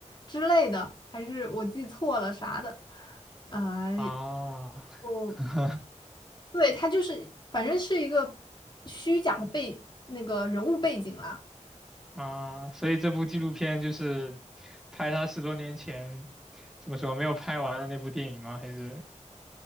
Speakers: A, on the left; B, in the centre.
A: 之类的，还是我记错了啥的？啊、
B: 啊
A: 我
B: <laughs>
A: 对他就是，反正是一个虚假的背那个人物背景啦。
B: 啊，所以这部纪录片就是拍他十多年前怎么说没有拍完的那部电影吗？还是